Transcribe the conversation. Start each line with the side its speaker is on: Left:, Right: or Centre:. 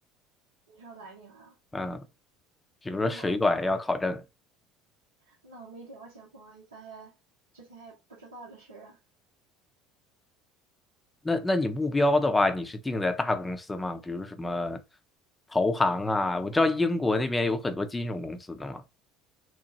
Right: 你说蓝领啊，
Left: 嗯，
Right: <laughs>
Left: 比如说水管要考证，
Right: 那我没了，那我没了解过，咱也之前也不知道这事儿啊。
Left: 那那你目标的话，你是定在大公司吗？比如什么投行啊？我知道英国那边有很多金融公司的嘛。